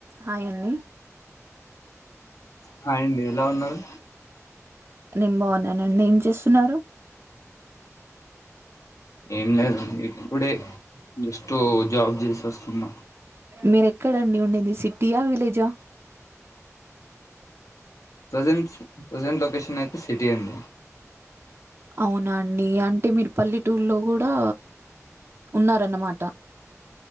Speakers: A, on the right; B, on the left.
A: Hi అండి
B: hi అండి ఎలా ఉన్నారు.
A: నేను బాగున్నానండి ఏం చేస్తున్నారు.
B: ఏం లేదు ఇప్పుడే జస్ట్ జాబ్ చేసి వస్తున్నా
A: మీరేక్కడండి ఉండేంది సిటీయా, విలేజా
B: ప్రజెంట్ ప్రజెంట్ లొకేషన్ అయితే సిటీ అండి.
A: అవునా అండి అంటే మీరు పల్లెటూరులో కూడా ఉన్నారన్నమాట.